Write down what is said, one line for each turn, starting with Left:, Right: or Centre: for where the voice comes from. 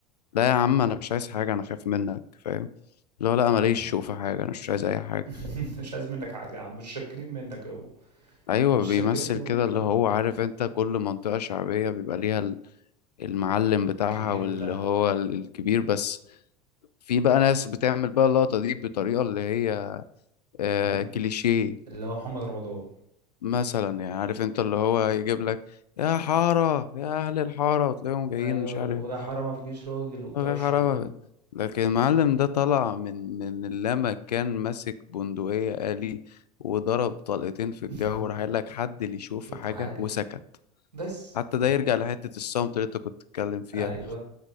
Left: لا يا عم انا مش عايز حاجة انا خايف منك فاهم اللي هو لا ماليش
Right: اه
Left: شوف في حاجة انا مش عايز اي حاجة
Right: <laughs> مش عايز منك حاجة يا عم مش شاكرين منك يابا
Left: ايوه
Right: مش
Left: بيمثل
Right: شاكرين يابا
Left: كده
Right: منك
Left: اللي هو
Right: يابا
Left: عارف انت كل منطقة شعبية بيبقى ليها المعلم بتاعها
Right: الكبير
Left: واللي
Right: بتاعها
Left: هو
Right: آه.
Left: ال- الكبير بس في بقى ناس بتعمل بقى اللقطة دي بطريقة اللي هي آه
Right: م-
Left: كليشيه
Right: اللي هو محمد رمضان
Left: مثلا يعني عارف انت اللي هو يجيب لك يا حارة يا أهل الحارة وتلاقيهم جايين
Right: ايوه
Left: مش عارف
Right: ويا حرام ما فيكيش راجل وبتاع
Left: ما
Right: الشياطين
Left: في حارة ما
Right: دول
Left: في-" لكن المعلم ده طلع من من لما كان ماسك بندقية آلي وضرب طلقتين في الجو
Right: <laughs>
Left: راح قال لك حد اللي يشوف
Right: شوف
Left: في حاجة
Right: حاجة
Left: وسكت
Right: بس
Left: حتى
Right: وك...
Left: ده يرجع لحتة الصمت اللي انت كنت بتتكلم فيها
Right: ايوه